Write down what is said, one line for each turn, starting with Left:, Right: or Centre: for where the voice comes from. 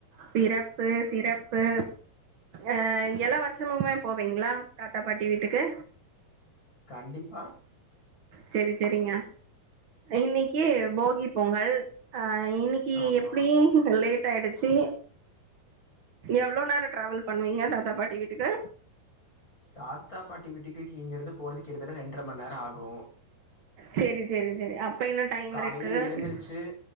Right: சிறப்பு சிறப்பு அ எல்லா வருஷமுமே போவிங்ளா தாத்தா பாட்டி வீட்டுக்கு
Left: கண்டிப்பா
Right: சேரி சேரிங்க இன்னைக்கி போகி பொங்கல் அ இன்னிக்கு
Left: ஆமா
Right: எப்டி லேட் ஆயிடுச்சி எவ்ளோ நேரோ ட்ராவல் பண்ணுவீங்க தாத்தா பாட்டி வீட்டுக்கு
Left: தாத்தா பாட்டி வீட்டுக்கு இங்க இருந்து போறதுக்கு கிட்டதட்ட ரெண்ட்ர மண் நேரொ ஆகு
Right: செரி செரி செரி அப்ப இன்னு டைம்
Left: காலையில
Right: இருக்கு
Left: எலுந்துருச்சி